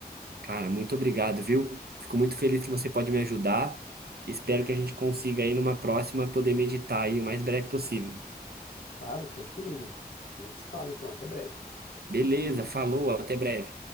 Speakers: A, on the right; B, on the left.
A: Cara, muito obrigado, viu? Fico muito feliz que você pode me ajudar. Espero que a gente consiga aí numa próxima poder meditar aí o mais breve possível.
B: Claro, conte comigo. A gente se fala então, até breve.
A: Beleza, falou, até breve.